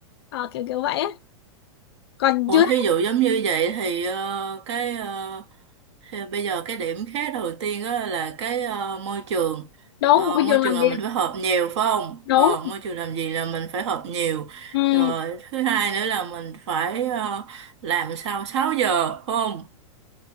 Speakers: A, on the left; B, on the right.
A: ờ, kiểu kiểu vậy á còn
B: Ủa,
A: chưa
B: thí dụ giống như vậy thì ờ, cái ờ, thì bây giờ cái điểm khác đầu tiên đó là cái ờ, môi trường
A: đúng
B: Ờ,
A: môi
B: môi
A: trường
B: trường
A: làm
B: là
A: việc
B: mình phải họp nhiều phải không?
A: đúng
B: Ờ, môi trường làm gì là mình phải họp nhiều
A: ừ.
B: rồi thứ hai nữa là mình phải ờ, làm sau 6 giờ phải không?